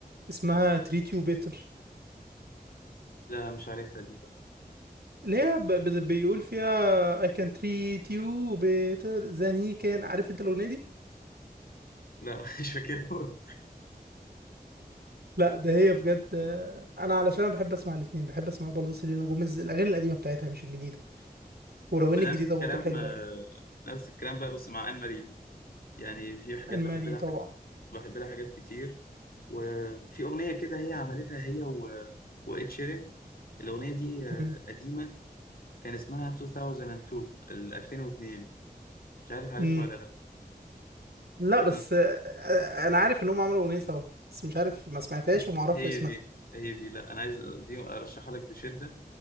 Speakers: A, on the right; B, on the left.
A: اسمها treat you better
B: لا مش عارفها دي بقى
A: اللي هي ب- ب- بيقول فيها I can treat you better than he can عارف انت الاغنية دي؟
B: لا <laughs> مش فاكرها
A: لا ده هي بجد آه، انا علشان بحب اسمع الاتنين بحب اسمع برضو سيلينا جوميز الاغاني القديمة بتاعتها مش الجديدة ولو ان
B: انا
A: الجديده
B: نفس الكلام
A: برضو حلوه
B: آه،
A: يعني
B: نفس الكلام بقى بس مع ان ماري يعني في حاجات
A: المالي
B: بحب لها
A: طبعا
B: حاجات بحب لها حاجات كتير وفي اغنيه كده هي عملتها هي و... وإد شيران الاغنيه دي آه،
A: مم.
B: قديمه كان اسمها 2002 ال 2002 مش عارف عارفها
A: مم.
B: ولا لا
A: لا
B: انا
A: بس آه، آه، انا عارف ان هم عملوا اغنيه سوا بس مش عارف ما سمعتهاش
B: ه-
A: وما اعرفش
B: هي
A: اسمها
B: دي هي دي لا انا عايز دي ارشحها لك بشده